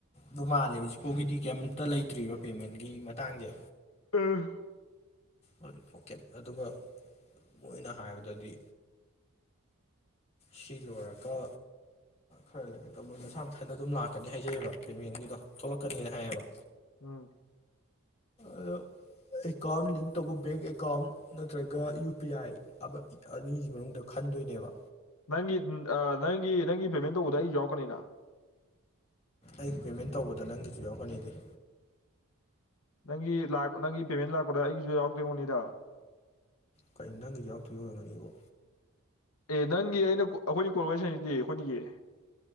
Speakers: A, on the left; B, on the left.
A: ꯗꯨ ꯃꯥꯜꯂꯦ ꯍꯧꯖꯤꯛꯐꯥꯎꯒꯤꯗꯤ ꯀꯩꯝꯇ ꯂꯩꯇ꯭ꯔꯤꯕ ꯄꯦꯃꯦꯟꯒꯤ ꯃꯇꯥꯡꯖꯦ꯫
B: ꯑ
A: ꯍꯧꯖꯤꯛꯄꯣꯀꯦꯠ ꯑꯗꯨꯒ ꯃꯣꯏꯅ ꯍꯥꯏꯕꯗꯗꯤ ꯁꯤ ꯂꯣꯏꯔꯒ ꯈꯔ ꯂꯩꯔꯒ ꯃꯣꯏ ꯃꯁꯥ ꯃꯊꯟꯗ ꯑꯗꯨꯝ ꯂꯥꯛꯀꯅꯤ ꯍꯥꯏꯖꯩꯑꯕ ꯄꯦꯃꯦꯟꯒꯤ ꯊꯣꯛꯂꯛꯀꯅꯤ ꯍꯥꯏꯌꯦꯕ
B: ꯎꯝ
A: ꯑꯗꯣ ꯑꯦꯀꯥꯎꯟ ꯂꯤꯡ ꯑꯇꯣꯞꯄ ꯕꯦꯡ ꯑꯦꯀꯥꯎꯟ ꯅꯠꯇ꯭ꯔꯒ ꯌꯨ ꯄꯤ ꯑꯥꯏ ꯑꯅꯤꯒꯤ ꯃꯅꯨꯡꯗ ꯈꯟꯗꯣꯏꯅꯦꯕ꯫
B: ꯅꯪꯒꯤ ꯑ ꯅꯪꯒꯤ ꯅꯪꯒꯤ ꯄꯦꯃꯦꯟ ꯇꯧꯕꯗ ꯑꯩꯒꯤꯖꯨ ꯌꯥꯎꯔꯛꯀꯅꯤꯅ꯫
A: ꯑꯩꯒꯤ ꯄꯦꯃꯦꯟ ꯇꯧꯕꯗ ꯅꯪꯒꯤꯖꯨ ꯌꯥꯎꯔꯛꯀꯅꯤꯗꯤ꯫
B: ꯅꯪꯒꯤ ꯂꯤꯛ ꯅꯪꯒꯤ ꯄꯦꯃꯦꯟ ꯂꯥꯛꯄꯗ ꯑꯩꯒꯤꯖꯨ ꯌꯥꯎꯗꯣꯏꯑꯣꯏꯔꯝꯅꯤꯗ꯫
A: ꯀꯩ ꯅꯪꯒꯤꯗꯤ ꯌꯥꯎꯔꯛꯇꯣꯏ ꯑꯣꯏꯔꯝꯒꯅꯤꯕꯣ꯫
B: ꯑꯦ ꯅꯪꯒꯤ ꯑꯩꯅ ꯑꯩꯈꯣꯏꯅꯤ ꯀꯣꯜ ꯋꯥꯔꯤ ꯁꯥꯟꯅꯩꯖꯤꯗꯤ ꯑꯩꯈꯣꯏꯅꯤꯒꯤ